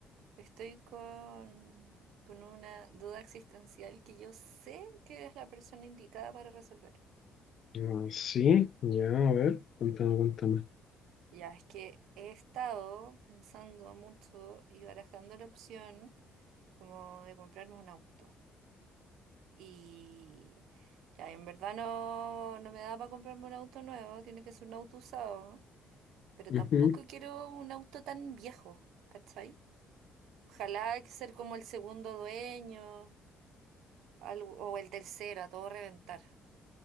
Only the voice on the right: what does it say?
estoy con, con una duda existencial que yo sé que eres la persona indicada para resolver.
Ya, es que he estado pensando mucho y barajando la opción como de comprarme un auto. Y ya, en verdad no, no me da para comprarme un auto nuevo, tiene que ser un auto usado. pero
tampoco quiero un auto tan viejo, ¿cachai? Ojalá que ser como el segundo dueño algo- o el tercero, a todo reventar.